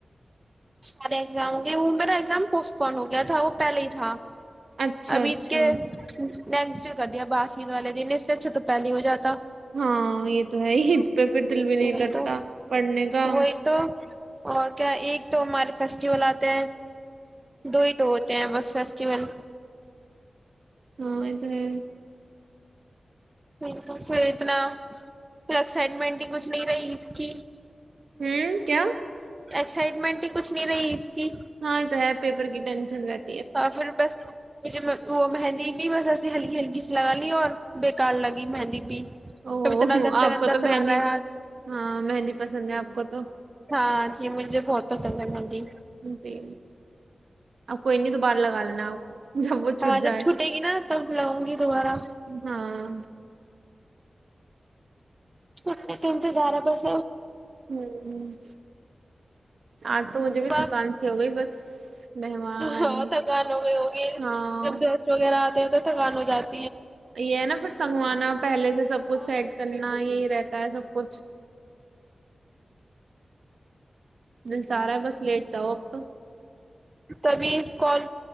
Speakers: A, on the right; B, on the right.
A: سارے ایگزاموں گ وہ میرا ایگزام پوسٹ پون ہو گیا تھا وہ پہلے ہی تھا
B: اچھا
A: ابھیید
B: اچھا
A: کے نیکسٹ جو کر دیا باسید والے دن اس سے اچھا تو پہلے ہو جاتا
B: ہاں یہ تو ہے پہ پھر دل بھی نہیں
A: وہی
B: کرتا
A: تو
B: پڑھنے کا
A: وہی تو اور کیا ایک تو ہمارے فیسٹیول آتے ہیں دو ہی تو ہوتے ہیں بس فیسٹیوول
B: ہاں یہ تو ہے
A: نہیں پھر اتنا پھر ایکسائٹمنٹ ہی کچھ نہیں رہی اسک
B: ہوں کیا
A: ایکسائٹمنٹ ہی کچھ نہیں رہی کی
B: ہاں تو ہےپ پیپر کی ٹینن رہتی ہے
A: اور پھر بس مجھے وہ مہندی بھی بس ایسی ہلکی ہلکی سی لگا لی اور بے کار لگی مہندی کب
B: او
A: اتنا گندا
B: آپ
A: گندا
B: کو تو
A: سا
B: مہندی
A: لگ رہا ہے ہاتھ
B: ہاں مہندی پسند ہے آپ کو تو
A: ہاں جی مجھے بہت پسند ہے نندی
B: جی اب کوئی نہیںنی دوبر لگا لینا آپ جب وہ
A: ہاں
B: چھٹ جائے
A: جب چھٹے گی نا تب لگوں گی دوبارہ
B: ہاں
A: س کہ تو سارا بس
B: ہوں آج تو مجھے
A: تب
B: بھی
A: آپ
B: تھکان سی ہو گئی بس مہمان
A: ہاں تھکان ہو گئی ہوگی
B: ہاں
A: جب گس وغیرہ تو تھگان ہو جاتا
B: یہ ہے نا پھر سنگوانا پہلے سے سب کچھ
A: ہاں
B: سیٹ کرنا یہی رہتا تا ہے سب کچھ دل جا رہا ہے بس لیٹ جاؤ اب تو
A: تبھی کال